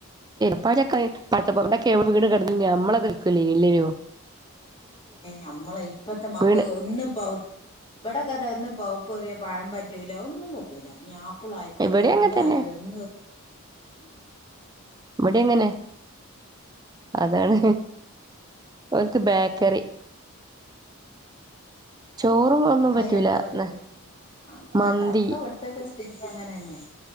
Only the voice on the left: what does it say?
നമ്മളെ ഇപ്പത്തെ മക്കൾ
ഒന്ന് പൊ <unintelligible> ഇവിടെക്കെ ഒന്ന് പൗപ്പേറിയ പഴം പറ്റൂല്ല ഒന്നും പറ്റൂല്ല ഞാ എപ്പളായിക്കോട്ടെ
എന്തായാലും
ഒന്ന് ഉം
അ
എത്ര കിട്ടി
ആ തെന്നും
വേണ്ട അവിടത്തക്കെ സ്ഥിതി അങ്ങനെന്നെ